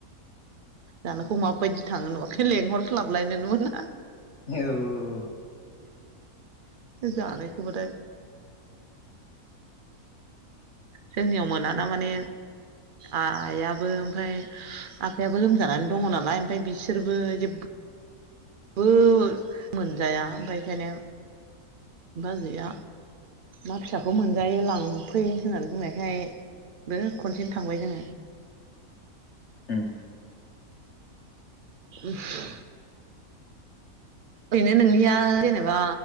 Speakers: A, on the right; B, on the left.
A: जानोखौ माबादि थाङो नुवाखै लेंहरस्लाबलायनोनो मोना।
B: औ औ औ
A: जानायखौ बा थाय जोंनियाव मोनाना माने आइयाबो ओमफाय आफायाबो लोमजानानै दङ नालाय ओमफाय बिसोरबो जेबबो बो मोनजाया ओमफाय एखायनो बाजैआ ना फिसाखौ मोनजायो लांफै होननानै बुंनायखाय बो खनसेनो थांबाय जोङो।
B: उम
A: <unintelligible> ओरैनो नोंनिया जेनेबा